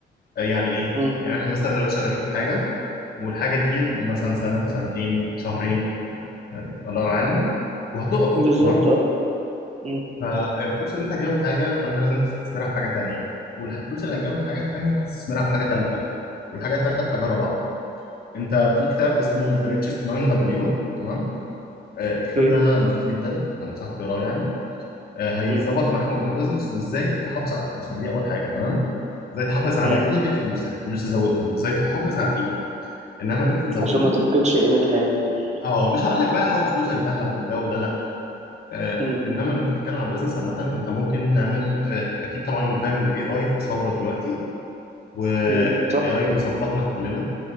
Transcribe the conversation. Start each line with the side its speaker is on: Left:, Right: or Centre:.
Left: آه، يعني إيه؟
Right: مم.
Left: يعني إحنا مثلا دلوقتي شغالين في حاجة والحاجة دي مثلا سنة سنتين شهرين يعني الله أعلم وهتقف
Right: بالظبط
Left: تمام؟
Right: اه مم.
Left: فالفلوس اللي انت هتجيبها من حاجه فانت لازم تستثمرها في حاجه تانية والفلوس اللي هتجيبها من حاجه تانية هتستثمرها في حاجه تالتة والحاجه التالتة في حاجه رابعه انت في كتاب اسمه ذا ريتشست مان بابليون تمام آه
Right: اوكي
Left: الكتاب ده مفيد جدا انصحك تقراه يعني آه هيظبط
Right: مم.
Left: معاك موضوع البيزنس وازاي تحافظ على فلوسك دي اول حاجه تمام ازاي تحافظ على
Right: مم.
Left: قيمه فلوسك مش تزودهم ازاي تحافظ على القيمه انما ان انت تزودهم
Right: عشان ما تفقدش قيمتها يعني تقصد
Left: اه مش هقول لك بقى حول فلوسك
Right: مم.
Left: ذهب والجو ده لا آه،
Right: مم.
Left: انما انت بتتكلم عن بزنس عامه انت ممكن تعمل آه، اكيد طبعا انا فاهم ان الاي اي في ثوره دلوقتي والاي
Right: مم. صح
Left: اي مظبطنا كلنا